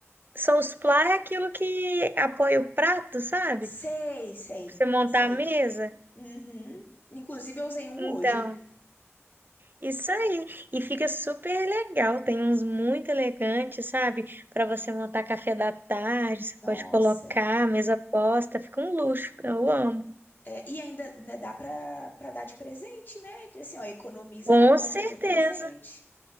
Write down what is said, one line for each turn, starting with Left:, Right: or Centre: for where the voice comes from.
Right: Sousplá é aquilo que apoia o prato, sabe?
Left: Sei, sei,
Right: Pra você montar
Left: sei.
Right: a mesa.
Left: Uhum. Inclusive, eu usei um
Right: Então.
Left: hoje.
Right: Isso aí. E fica super legal. Tem uns muito elegantes, sabe? Para você montar café da tarde, você
Left: Nossa.
Right: pode colocar mesa posta, fica um luxo. Eu amo.
Left: É, e ainda né, dá pra, pra dar de presente, né? Assim, ó, economiza
Right: Com
Left: na compra
Right: certeza.
Left: de um presente.